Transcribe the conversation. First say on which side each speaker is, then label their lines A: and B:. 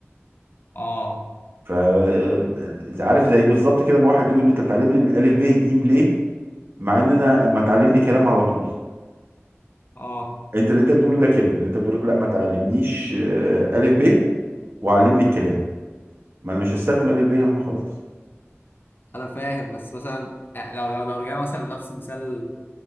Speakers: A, on the left; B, on the right.
A: اه
B: ف آه، عارف زي بالظبط كده ما واحد يقول لي انت بتعلمني الالف ب ج ليه مع ان انا ما تعلمني كلام على طول
A: اه
B: انت اللي انت بتقوله ده كده ان انت بتقول لك لا ما تعلمنيش آه، الف ب وعلمني الكلام ما انا مش هستخدم الف ب لما اخلص
A: انا فاهم بس مثلا آه، لو لو لو رجعنا مثلا لنفس مثال